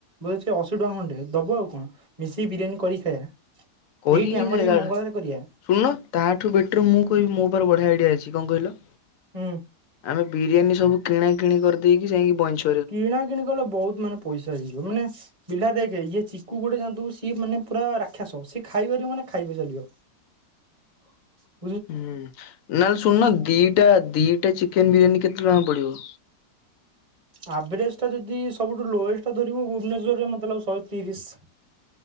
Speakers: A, on the right (about 25°); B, on the left (about 65°).
A: ବୋଲେ ସେ ଅଶି ଟଙ୍କା ଖଣ୍ଡେ। ଦବୁ ଆଉ କଣ ମିଶିକି ବିରିୟାନୀ କରିକି ଖାଇବା?
B: କରିକି
A: ଏଇଠି ଆମର
B: କିଏ
A: ଏଇ
B: ଖାଇଏରା।
A: ମଙ୍ଗଳାରେ କରିବା
B: ଶୁଣୁନ ତାଠୁ ବେଟର ମୁଁ କଇବି ମୋ ପାଖରେ ବଢିଆ ଆଇଡିଆ ଅଛି କଣ କଇଲ?
A: ହୁଁ।
B: ଆମେ ବିରିୟାନୀ ସବୁ କିଣା କିଣି କରଦେଇକି ଯାଇକି ବଇଞ୍ଚ
A: କିଣା କିଣି କଲେ ବହୁତ ମାନେ ପଇସା ହେଇଯିବ। ମାନେ ପିଲା ଦେଖେ ଇଏ ଚିକୁ ଗୋଟେ ଯାଣଥିବୁ ସିଏ ମାନେ ପୁରା ରାକ୍ଷାସ। ସିଏ ଖାଇପାରିବ ମାନେ ଖାଇଵା ସରିବ। <unintelligible>
B: ହୁଁ ନହେଲେ ଶୁନୁନ ଦିଟା ଦିଟା ଚିକେନ ବିରିୟାନୀ କେତେ ଟଙ୍କା ପଡିବ?
A: ଆଭରେଜ ଟା ଯଦି ସବୁଠୁ ଲୋଏଷ୍ଟା ଧରିବୁ ଭୁବନେଶ୍ଵରରେ ମତେ ଲାଗୁଚି ଶହେ ତିରିଶ।